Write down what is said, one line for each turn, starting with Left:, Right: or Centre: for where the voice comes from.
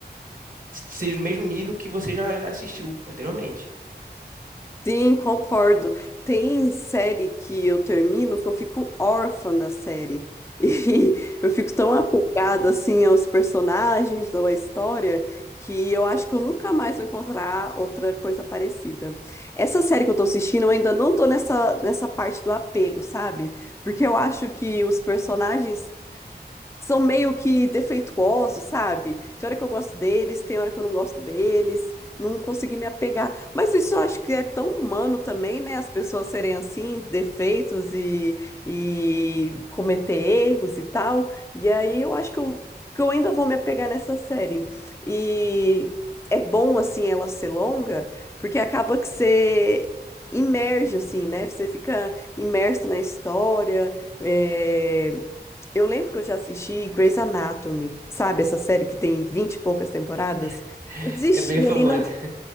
Right: seja do mesmo nível que você já, já assistiu anteriormente.
Left: Sim, concordo. Tem série que eu termino que eu fico órfã da série. E <laughs> eu fico tão apegada assim aos personagens ou à história que eu acho que eu nunca mais vou encontrar outra coisa parecida. Essa série que eu tô assistindo, eu ainda não tô nessa, nessa parte do apego, sabe? Porque eu acho que os personagens são meio que defeituosos, sabe? Tem hora que eu gosto deles, tem hora que eu não gosto deles, não consegui me apegar. Mas isso eu acho que é tão humano também, né? As pessoas serem assim, defeitos e, e cometer erros e tal. E aí eu acho que eu, que eu ainda vou me apegar nessa série. E é bom, assim, ela ser longa, porque acaba que você. Imerge, assim, né? Você fica imerso na história, é, eu lembro que eu já assisti Grey's Anatomy, sabe? Essa série que tem 20 e poucas temporadas.
Right: <laughs>
Left: Eu desisti
Right: É bem famosa.
Left: ali na
Right: <laughs>